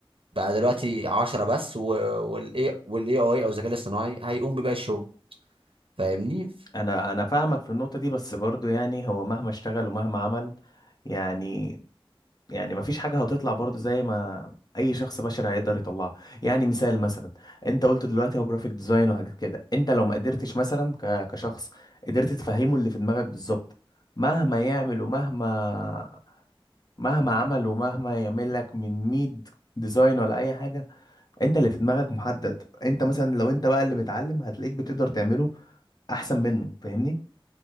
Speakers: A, on the right; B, on the left.
A: بقى دلوقتي 10 بس والاي والاي اي او الذكاء الاصطناعي هيقوم بباقي الشغل فاهمني
B: انا انا فاهمك في النقطه دي بس برضو يعني هو مهما اشتغل ومهما عمل يعني يعني مفيش حاجه هتطلع برضو زي ما اي شخص بشري هيقدر يطلعها يعني مثال مثلا انت قلت دلوقتي هو جرافيك ديزاين وحاجات كده انت لو ما قدرتش مثلا ك- كشخص قدرت تفهمه اللي في دماغك بالظبط مهما يعمل ومهما مهما عمل ومهما يعمل لك من ميد ديزاين ولا اي حاجه انت اللي في دماغك محدد انت مثلا لو انت بقى اللي متعلم هتلاقيك بتقدر تعمله احسن منه فاهمني